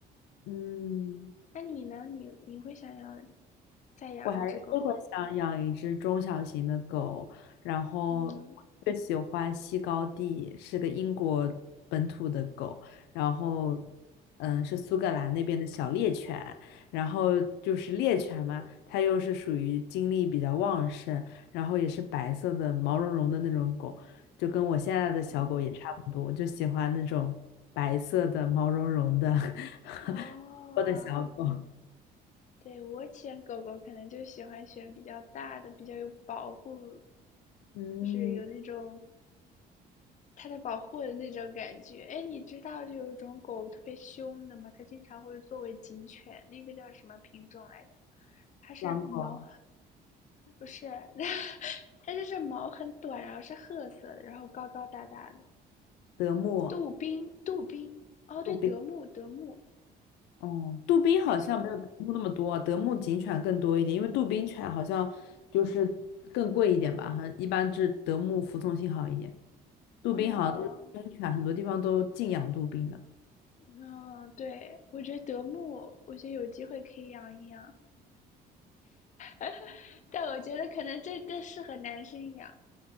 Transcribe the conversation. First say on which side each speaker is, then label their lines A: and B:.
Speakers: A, on the left; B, on the left.
A: 嗯。
B: 那你呢？你你会想要再养一只狗狗吗？
A: 我还是会想养一只中小型的狗，然后我最喜欢西高地，
B: 嗯
A: 是个英国本土的狗，然后嗯是苏格兰那边的小猎犬，然后就是猎犬嘛，它又是属于精力比较旺盛，然后也是白色的毛茸茸的那种狗，就跟我现在的小狗也差不多，
B: 嗯，
A: 我就喜欢那种白色的毛茸茸的 <laughs>
B: 哦，
A: 我的小狗，
B: 对，我选狗狗可能就喜欢选比较大的，比较有保护，
A: 嗯，
B: 就是有那种它在保护我的那种感觉。哎，你知道就有一种狗特别凶的吗？它经常会作为警犬，那个叫什么品种来着？它是毛，
A: 狼狗。
B: 不是，<laughs> 它就是毛很短，然后是褐色的，然后高高大大的。
A: 德牧、
B: 杜宾，杜宾，哦，对，
A: 杜宾，
B: 德牧，德牧，
A: 哦，杜宾好像没有德牧那么多啊，
B: 没错，
A: 德牧警犬更多一点，因为杜宾犬好像就是更贵一点吧，哈，一般是德牧服从性好一点，杜宾好像都是公犬，
B: 嗯嗯
A: 很多地方都禁养杜宾的。
B: 嗯，对，我觉得德牧，我觉得有机会可以养一养，<laughs> 但我觉得可能这更适合男生养。